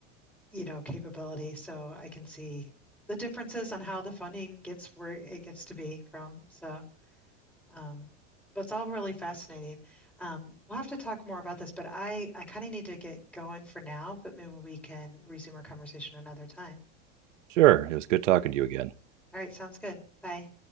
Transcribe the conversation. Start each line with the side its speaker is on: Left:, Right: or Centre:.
Centre: you know, capability. So I can see the differences on how the funding gets where it gets to be from. So, um, but it's all really fascinating. Um, we'll have to talk more about this, but I, I kind of need to get going for now, but maybe we can resume our conversation another time.
Right: sure, it was good talking to you again.
Centre: All right, sounds good. Bye.